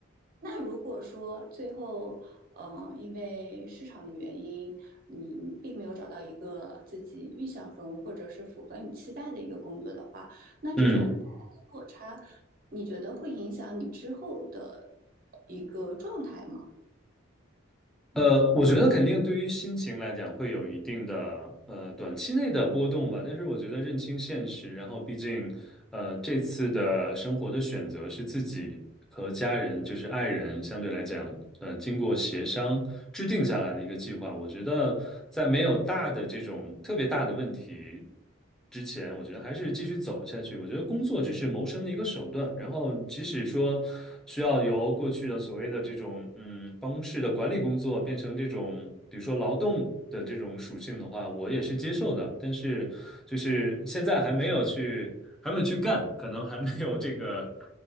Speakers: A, on the right; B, in the centre.
A: 那如果说最后，呃，因为市场的原因，你并没有找到一个自己预想中或者是符合你期待的一个工作的话，那这种带来的落差，
B: 嗯
A: 你觉得会影响你之后的一个状态吗？
B: 呃，我觉得肯定对于心情来讲会有一定的呃短期内的波动吧，但是我觉得认清现实，然后毕竟呃这次的生活的选择是自己和家人，就是爱人，相对来讲呃经过协商制定下来的一个计划，我觉得在没有大的这种特别大的问题。之前，我觉得还是继续走下去。我觉得工作只是谋生的一个手段，然后即使说需要由过去的所谓的这种嗯办公室的管理工作变成这种比如说劳动的这种属性的话，我也是接受的。但是就是现在还没有去还没有去干，可能还没有这个